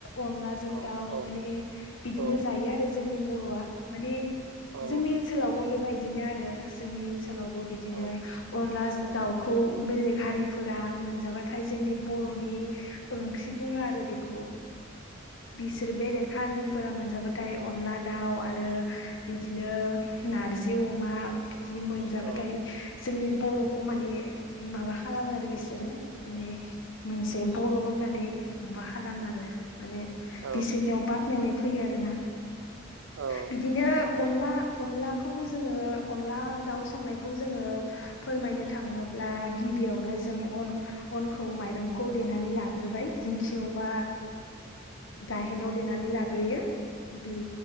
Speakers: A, on the left; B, on the right.
A: अनलाजों
B: औ
A: दाउ
B: औ
A: माने बिदिनो
B: औ
A: जायो आरो जोंनि बर'आ माने
B: औ
A: जोंनि ओनसोलावबो बेबायदिनो आरो जोंनि ओनसोलावबो बिदिनो
B: औ
A: अनला
B: औ
A: दाउखौ बेलेग हारिफोरा मोनजाबाथाय जोंनि बर'नि ओंख्रि बुङो आरो बेखौ बिसोर बेलेक हारिनि फोरा मोनजाबाथाय अनला दाउ आरो बिदिनो नारजि अमा बि दि मोनजाबाथाय
B: औ
A: जोंनि बर'खौ माने माबा खालामो आरो बिसोरो माने मोनसे बर' होननानै माबा खालामो आरो माने
B: औ
A: बिसोरनियाव बाख्नायनाय फैयो आरोना
B: औ
A: बिदिनो अनला अनलाखौ जोङो अनला दाउ संनायखौ जोङो फोरमायनो थाङो ब्ला गिबियावनो जों अन अनखौ माइरंखौ देनानै ला ग्रोबाय दिंखियाव बा गाहेनाव देनानै लाग्रोयो। बि